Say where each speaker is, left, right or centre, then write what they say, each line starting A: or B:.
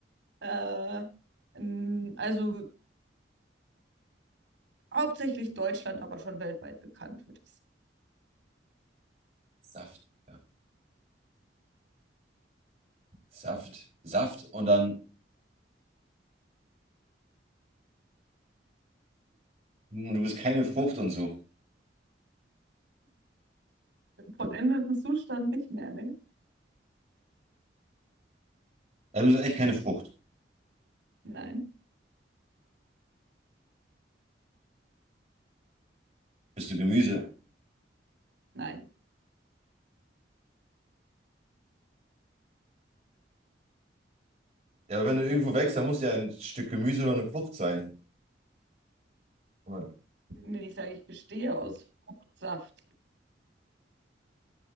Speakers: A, on the right (about 75°); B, on the right (about 35°).
A: äh, ähm, also hauptsächlich Deutschland, aber schon weltweit bekannt, würde ich sagen.
B: Saft, ja. Saft, Saft und dann. Und du bist keine Frucht und so.
A: Vollendeten Zustand nicht mehr, ne?
B: Also du bist echt keine Frucht.
A: Nein,
B: Bist du Gemüse?
A: nein.
B: Ja, aber wenn du irgendwo wächst, dann muss ja ein Stück Gemüse oder eine Frucht sein. Und dann
A: Wenn ich sage, ich bestehe aus Fruchtsaft.